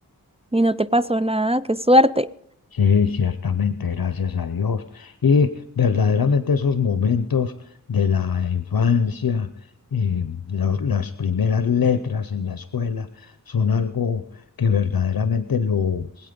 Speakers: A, on the right; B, on the left.
A: y no te pasó nada, qué suerte.
B: Sí, ciertamente, gracias a Dios. Y verdaderamente esos momentos de la infancia, eh, los- las primeras letras en la escuela, son algo que verdaderamente lo